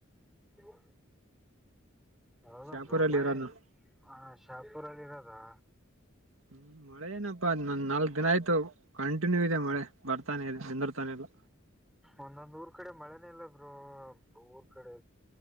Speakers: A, in the centre; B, on the right (about 80°).
A: ಇವ ಹೌದ
B: ಶಾಪುರಲ್ಲಿ
A: ಬ್ರ ಮಳೆ
B: ಇರೋದು ನಾವು.
A: ಆ ಶಾಪುರಲ್ಲಿ ಇರೋದಾ
B: ಹ್ಮ ಮಳೆ ಏನಪ್ಪಾ ನ ನಾಲ್ಕ್ ದಿನ ಆಯ್ತು ಕಂಟಿನ್ಯೂ ಇದೆ ಮಳೆ ಬರ್ತಾನೆ ನಿಂದರ್ತಾನೆ ಇಲ್ಲ
A: ಒಂದೊಂದ್ ಊರ್ ಕಡೆ ಮಳೆನೇ ಇಲ್ಲ ಬರು ಊರ್ ಕಡೆ